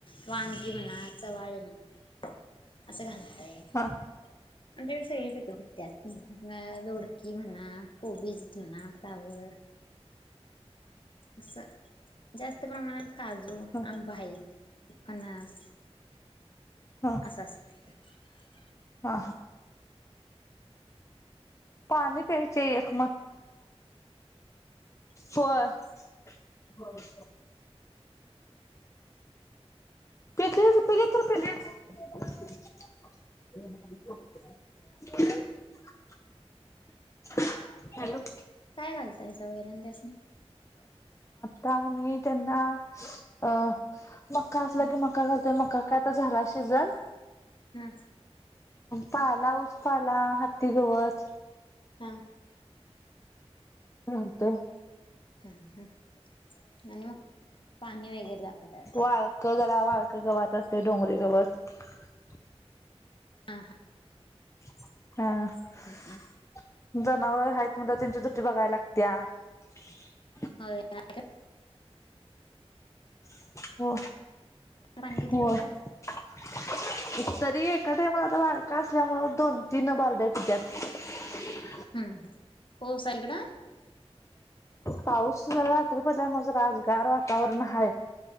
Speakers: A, on the left; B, on the left.
A: वांगी म्हणा चवाळे म्हणा असं घाला <inaudible>
B: हा
A: आमच्याकडे सगळी पिके पिकत्यात दोडकी म्हणा कोबीज जुना फ्लावर अस जास्त प्रमाणात काजू
B: हा
A: आंबा हायत फणस
B: हा
A: असं असतय ह <unintelligible>
B: हा... पाणी प्याय <inaudible> <unintelligible> बरोबर <inaudible> कती पले तर पले <unintelligible> <inaudible> <inaudible> हॅलो
A: काय घालताय सा वैरण त्यासणी <inaudible>
B: ता -मी -त्यांना अ मक्का असला
A: हम्म
B: की मक्का घालतोय मक्का काय तर झाला शीजन.
A: हा
B: पाला- उ -ऊस पाला हन्ती गवत
A: म्ह..
B: म्हणतोय. <unintelligible>
A: हम्म हम् <unintelligible> आणि मग पाणी वगैरे दाखवतव
B: वाळक वाळक गवात असते डोंगरी गवात <inaudible>
A: आ. हा.
B: <inaudible> हा....
A: हा
B: <inaudible> जनावर आहेत म्हणत्यावर - त्यांची डुटी बघाय लागत्या <inaudible>
A: हो.. <unintelligible>
B: <inaudible> हो...
A: पाणी किती
B: हो
A: पितात?
B: <inaudible> तरी एका ट मला आता वाडका असल्यामुं दोन तीन बारड तद्यात <unintelligible>
A: हम्म हो साईगड. <unintelligible>
B: पाऊस जरा रात्री पडल्या मुळ जरा आज गार वातावरण हाय <inaudible>